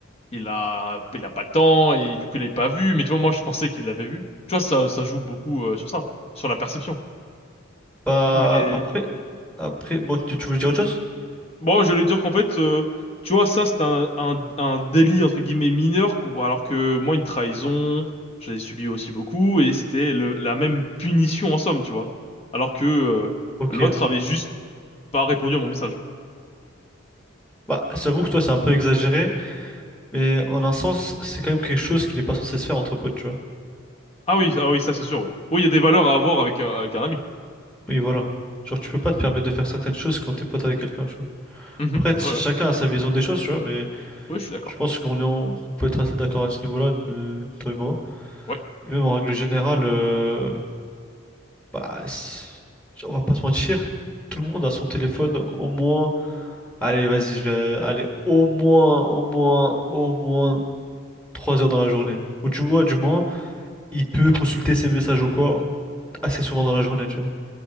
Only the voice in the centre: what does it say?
Bah,
après, après, bon, tu, tu voulais dire autre chose?
Ok.
Bah, j'avoue que toi, c'est un peu exagéré, mais en un sens, c'est quand même quelque chose qui n'est pas censé se faire entre potes, tu vois.
Oui, voilà. Genre, tu peux pas te permettre de faire certaines choses quand t'es pote avec quelqu'un, tu vois.
Après, ch-
chacun a sa vision des choses, tu vois, mais
Je pense qu'on est en- qu'on peut être assez d'accord à ce niveau-là, nous- toi et moi.
Et même en règle générale, euh, bah, si- on va pas se mentir, tout le monde a son téléphone au moins. Allez, vas-y, je vais aller au moins, au moins, au moins 3 heures dans la journée. Ou tu vois, du moins, il peut consulter ses messages ou quoi assez souvent dans la journée, tu vois,